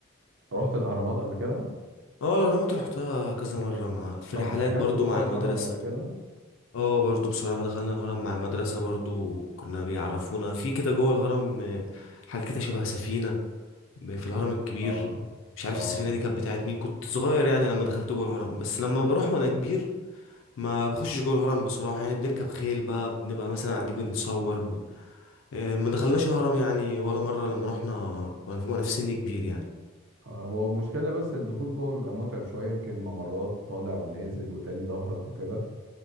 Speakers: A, on the right; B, on the left.
A: رحت الأهرامات قبل كده
B: آه، الأهرامات رحتها كذا مرة مع في
A: طب
B: رحلات
A: دخلت
B: برضو
A: جوه
B: مع
A: الهرم
B: المدرسة
A: قبل كده
B: اه برضو بصراحة دخلنا الهرم مع المدرسة برضو كنا بيعرفونا في كده جوه الهرم آه، حاجة كده شبه سفينة م- في الهرم الكبير
A: اه
B: مش عارف
A: اه
B: السفينة دي كانت بتاعت مين كنت صغير يعني لما دخلت جوه الهرم بس لما بروح وانا كبير ما بخشش جوه الهرم بصراحة يعني بنركب خيل بقى بنبقى مثلا قاعدين بنتصور ب... آه، ما دخلناش الهرم يعني ولا مرة لما رحنا وانا وانا في سن كبير يعني
A: آه، هو المشكلة بس الدخول جوه بيبقى متعب شوية يمكن ممرات طالع ونازل وتاني ظهرك وكده